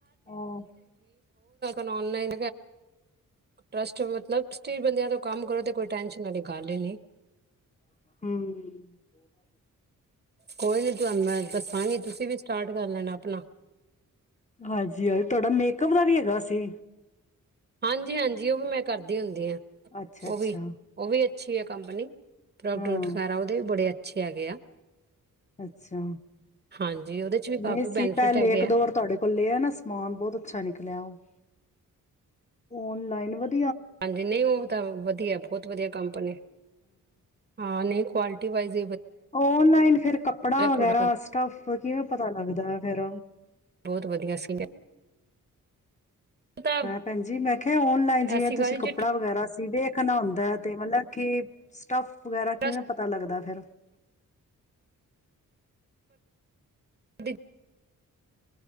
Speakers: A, on the left; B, on the right.
A: ਉਹ
B: ਆਨਲਾਈਨ ਟਰੱਸਟ ਮਤਲਬ ਸਟੀਰ ਬੰਦਿਆਂ ਤੋਂ- ਕੰਮ ਕਰੋ ਤੇ ਕੋਈ ਟੈਂਨਸ਼ਨ ਨਾ ਲ। ਕਾਲ ਨੇ।
A: ਹਮ।
B: ਕੋਈ ਨੀ ਤੁਹਾਨੂੰ ਮੈਂ ਦੱਸਾਂਗੀ ਤੁਸੀਂ ਵੀ ਸਟਾਰਟ ਕਰ ਲੈਣਾ ਆਪਣਾ।
A: ਹਾਂਜੀ ਹਾਂਜੀ ਤੁਹਾਡਾ ਮੇਕਅਪ ਦਾ ਵੀ ਹੈਗਾ ਸੀ।
B: ਹਾਂਜੀ ਹਾਂਜੀ ਉਹ ਵੀ ਮੈਂ ਕਰਦੀ ਹੁੰਦੀ ਹਾਂ।
A: ਅੱਛਾ ਅੱਛਾ
B: ਉਹ ਵੀ ਉਹ ਵੀ ਅੱਛੀ ਹੈ ਕੰਪਨੀ ਪ੍ਰੋਡਕਟ
A: ਹਾਂ
B: ਵੈਰਾ ਉਹਦੇ ਵੀ ਬੜੇ ਅਛ ਪੁੱਛਿਆ ਗਿਆ।
A: ਅੱਛਾ
B: ਹਾਂਜੀ ਉਹਦੇ ਚ ਵੀ
A: ਨਹੀਂ
B: ਕਾਫੀ
A: ਸੀ
B: ਬੈਨੀਫਿਟ
A: ਪੈਲੇ
B: ਹੈਗੇ
A: ਇੱਕ
B: ਆ
A: ਦੋ ਵਾਰ ਤੁਹਾਡੇ ਕੋਲ ਲਿਆ ਨਾ ਸਮਾਨ ਬਹੁਤ ਅੱਛਾ ਨਿਕਲਿਆ ਉਹ। ਔਨਲਾਈਨ ਵਧ
B: ਹਾਂਜੀ ਨਹੀਂ ਉਹ ਤਾਂ ਵਧੀਆ ਬਹੁਤ ਵਧੀਆ ਕੰਪਨੀ ਹਾਂ ਨਹੀਂ ਕੁਆਲ ਡਿਵਾਈਸਸ।
A: ਓਨਲਾਈਨ ਫਿਰ ਕੱਪੜਾ ਵਗੈਰਾ
B: ਪ੍ਰੋਡਕਟ
A: ਸਟਫ। ਫਿਰ ਕਿਵੇਂ ਪਤਾ ਲੱਗਦਾ ਹੈ ਫੇਰ।
B: ਬਹੁਤ ਵਧੀਆ ਸੀ ਤਾਂ
A: ਹੈਂ ਭੈਣਜੀ, ਮੈਂ ਕੇਹਾ ਓਨਲਾਈਨ ਜਿਵੇ
B: ਐਸੀ ਗੱਲ
A: ਤੁਸੀ
B: ਨੀ, ਜੇ
A: ਕੱਪੜਾ ਵਗੈਰਾ ਦੇਖਣਾ ਹੁੰਦਾ ਤੇ ਮਲਬ ਕਿ ਸਟਫ ਵਗੈਰਾ
B: ਟਰੱਸਟ
A: ਕਿਵੇਂ ਪਤਾ ਲੱਗਦਾ ਫਿਰ?
B: ਦੀ